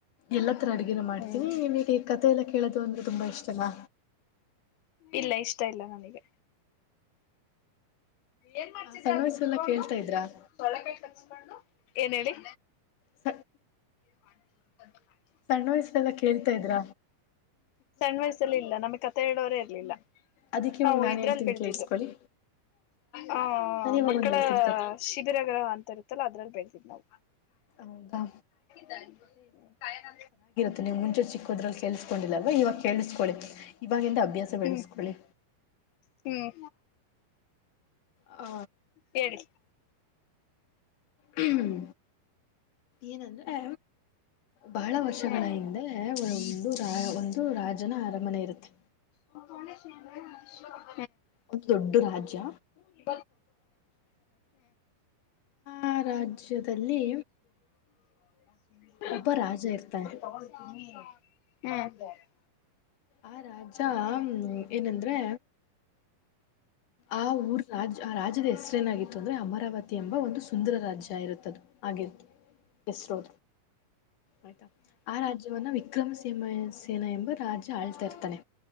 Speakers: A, on the left; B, on the left.
A: ಎಲ್ಲ ತರ ಅಡ್ಗೆನ ಮಾಡ್ತೀನಿ
B: ಹ್ಮ್
A: ನಿಮಗೆ ಕತೆ ಎಲ್ಲ ಕೇಳೋದು ಅಂದ್ರೆ ತುಂಬಾ ಇಷ್ಟನ
B: ಇಲ್ಲ ಇಷ್ಟ ಇಲ್ಲ ನನಗೆ ಏನ್ ಮಾಡ್ತಿದ್ದೆ
A: ಸಣ್ಣ
B: ಅಲ್ಲಿ
A: ವಯಸ್ಸೆಲ್ಲ
B: ಕುೂತ್ಕೊಂಡು
A: ಕೇಳ್ತಾ ಇದ್ರಾ
B: ಸೊಳ್ಳಕಾಯಿ ಕಚ್ಕೊಂಡು ಏನ್ ಹೇಳಿ
A: ಸ
B: <inaudible>
A: ಸಣ್ಣ ವಯಸ್ಸಲ್ಲ ಕೇಳ್ತಾ ಇದ್ರ
B: ಸ್ಯಾಂಡ್ ವಯಸ್ ಅಲ್ಲಿ ಇಲ್ಲ ನಮ್ ಕತೆೆ ಇಡೋರೇ ಇರ್ಲಿಲ್ಲ
A: ಅದಕ್ಕೆ ಇವಾಗ
B: ನಾವು
A: ನಾನು
B: ಇದ್ರಲ್ಲಿ
A: ಹೇಳ್ತೀನಿ
B: ಬೆಳ್ತಿದ್ದು
A: ಕೇಳಿಸ್ಕೊಳ್ಳಿ
B: ಹ
A: ನಾನು ಇವಾಗ
B: ಮಕ್ಕಳ
A: ಒಂದು ಹೇಳ್ತೀನಿ ಕತೆ
B: ಶಿಬಿರ ಗ್ರಹ ಅಂತ ಇರುತ್ತಲ್ಲ ಅದ್ರಲ್ಲಿ ಬೆಳತಿದ್ ನಾವು
A: ಹೌದಾ
B: ದ ನ
A: ಅ ಮುಚೆ ಚಿ ದ್ರ ಕೇಳಿಸಕೊಂಡಿಲ್ಲಲ್ವಾ ಇವಾಗ ಕೇಳಿಸ್ಕೊಳ್ಳಿ ಇವಾಗಂದ ಅಭ್ಯಾಸ ಬೆಳ್ಸ್ಕೊಳ್ಳಿ
B: ಹ್ಮ್ ಹ್ಮ್
A: ಹ
B: ಹೇಳಿ
A: ಹ್ಮ್ ಏನಂದ್ರೆ ಬಹಳ ವರ್ಷಗಳ
B: ಹ್ಮ್
A: ಹಿಂದೆ ಒ ಒ ರ ಒಂದು ರಾಜನ ಅರಮನೆ ಇರುತ್ತೆ
B: ಹ ಕೊಂಡ ಸಿ ಹ
A: ಒಂದು ದೊಡ್ಡ ರಾಜ್ಯ
B: ಇ
A: ಆ ರಾಜ್ಯದಲ್ಲಿ
B: ಹ
A: ಒಬ್ಬ ರಾಜ ಇರ್ತಾರೆ
B: ಹ್ಮ್
A: ಆ ರಾಜ ಏನಂದ್ರೆ ಆ ಊರ್ ರಾಜ ಆ ರಾಜ್ಯದ ಹೆಸರೇನಾಗಿತ್ತು ಅಂದ್ರೆ ಅಮರಾವತಿ ಎಂಬ ಒಂದು ಸುಂದರ ರಾಜ್ಯ ಇರುತ್ತದು ಆಗಿ ಇಸರೋ ಆಯ್ತಾ ಆ ರಾಜ್ಯವನ್ನ ವಿಕ್ರಮಸೀ ಸೇನಾ ಎಂಬ ರಾಜ್ಯ ಆಳ್ತಾ ಇರ್ತಾನೆ